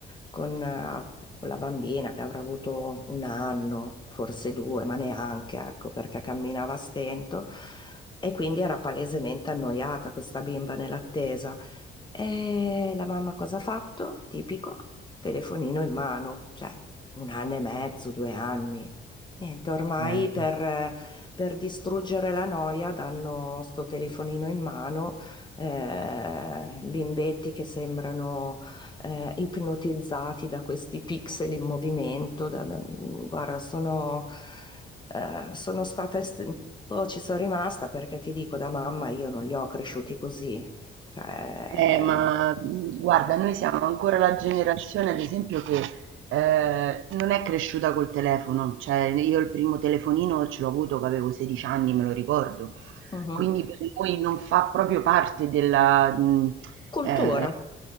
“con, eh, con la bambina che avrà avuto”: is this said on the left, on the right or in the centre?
Left